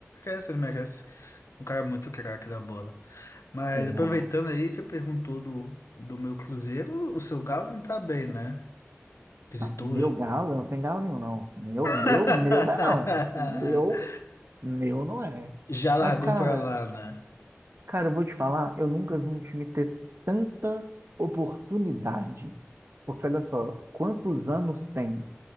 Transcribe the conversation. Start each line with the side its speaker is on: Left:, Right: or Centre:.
Left: Merece, ele merece. Um cara muito craque da bola. Mas
Right: Ele
Left: aproveitando
Right: merece.
Left: aí, você perguntou do, do meu Cruzeiro. O seu Galo não tá bem, né? Visitou
Right: Não, Meu
Left: o. Ju-
Right: galo? Não tem galo nenhum, não. Meu, meu,
Left: <laughs>
Right: meu não é, não. Meu, meu não é.
Left: Já largou
Right: Mas, cara,
Left: pra lá, né?
Right: cara, eu vou te falar, eu nunca vi um time ter tanta oportunidade. Porque, olha só, quantos anos tem